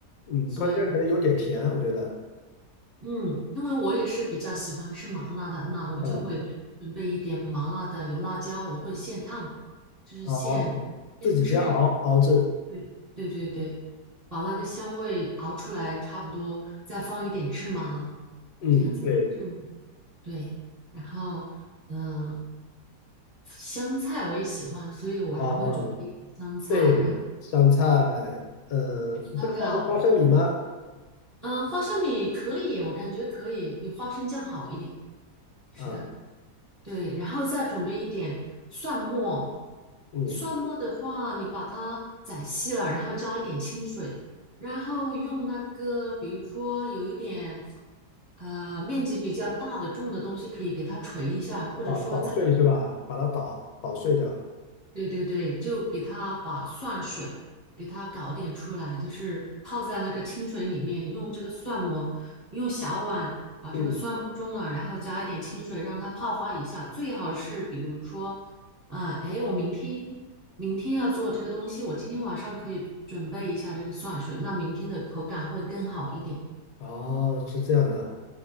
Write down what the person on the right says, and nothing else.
所以，
嗯，因为我也是比较喜欢吃麻辣的，那我就会准备一点麻辣的油辣椒，
我会现烫，就是现现制。
对对对对，把那个香味熬出来，差不多再放一点芝麻，
这样子芝麻，对，然后嗯、呃香菜我也喜欢，所以我还会准备一点香菜，
然后
对，
而且那个
嗯、呃花生米可以，我感觉可以比花生酱好一点，是的。
对，然后再准备一点蒜末，
蒜末的话，你把它宰细了，然后加一点清水，然后用那个，比如说有一点呃面积比较大的重的东西，可以给它捶一下，或者说在
对对对，就给它把蒜水给它搞点出来，就是泡在那个清水里面，用这个蒜末，用小碗把这个蒜末中了，
然后加一点清水让它泡发一下。最好是比如说，啊、哎，我明天明天要做这个东西，我今天晚上可以准备一下这个蒜水，那明天的口感会更好一点。